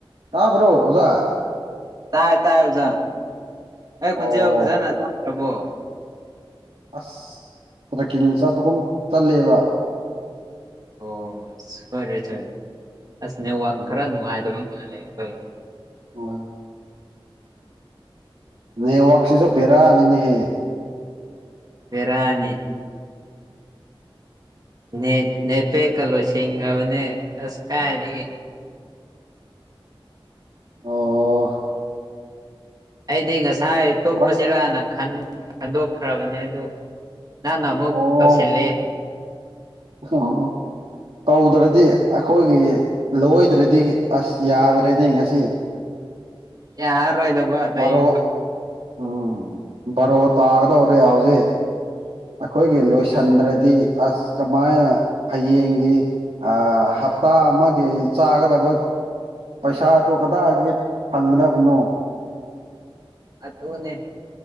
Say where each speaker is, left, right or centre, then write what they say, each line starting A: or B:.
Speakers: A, on the right; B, on the right.
A: ꯇꯥꯕ꯭ꯔꯣ ꯑꯣꯖꯥ
B: ꯇꯥꯏ ꯇꯥꯏ ꯑꯣꯖꯥ ꯑꯩ ꯈꯣꯟꯖꯦꯜ
A: ꯑꯣ
B: ꯐꯖꯅ ꯇꯥꯗ꯭ꯔꯕꯣ
A: ꯑꯁ ꯇ꯭ꯔꯦꯛꯀꯤꯡ ꯆꯠꯄꯒꯨꯝ ꯆꯠꯂꯦꯕ
B: ꯑꯣ ꯁꯣꯏꯔꯦ ꯊꯦ ꯑꯁ ꯅꯦꯋꯥꯛ
A: ꯎꯝ
B: ꯈꯔ ꯅꯨꯡꯉꯥꯏꯇꯥꯕꯥ ꯃꯥꯂꯦ ꯈꯣꯏꯒꯤ
A: ꯍꯣꯏ ꯅꯦꯋꯥꯛꯁꯤꯁꯨ ꯕꯦꯔꯥꯅꯤꯅꯦꯍꯦ
B: ꯕꯦꯔꯥꯅꯤ ꯅꯦꯠ ꯅꯦꯠꯄꯦꯛꯀꯥ ꯂꯣꯏꯁꯤꯟꯒ꯭ꯔꯕꯅꯦ ꯑꯁ ꯀꯥꯏꯗꯒꯤ
A: ꯑꯣ
B: ꯑꯩꯗꯤ ꯉꯁꯥꯏ ꯇꯨꯝꯃꯥꯁꯤꯔꯅ
A: ꯐꯔꯛ
B: ꯈꯟ ꯈꯟꯗꯣꯛꯈ꯭ꯔꯕꯅꯦ ꯑꯗꯣ ꯅꯪꯅ ꯑꯃꯨꯛ
A: ꯑꯣ
B: ꯇꯧꯁꯤꯂꯦ
A: <unintelligible> ꯇꯧꯗ꯭ꯔꯗꯤ ꯑꯩꯈꯣꯏꯒꯤ ꯂꯣꯏꯗ꯭ꯔꯗꯤ ꯑꯁ ꯌꯥꯗꯔꯦꯅꯦ ꯉꯁꯤ
B: ꯌꯥꯔꯔꯣꯏꯗꯕ ꯂꯩꯕ
A: ꯕꯥꯔꯣ ꯎꯝ ꯕꯥꯔꯣ ꯇꯥꯒꯗꯧꯔꯦ ꯍꯧꯖꯤꯛ ꯑꯈꯣꯏꯒꯤ ꯂꯣꯏꯁꯟꯗ꯭ꯔꯗꯤ
B: ꯑꯣ
A: ꯑꯁ ꯀꯃꯥꯏꯅ ꯍꯌꯦꯡꯒꯤ ꯑꯥ ꯍꯞꯇꯥ ꯑꯃꯒꯤ ꯆꯥꯒꯗꯕ ꯄꯩꯁꯥꯗꯨ ꯀꯗꯥꯏꯗꯒꯤ ꯐꯪꯒꯗꯕꯅꯣ
B: ꯑꯗꯨꯅꯦ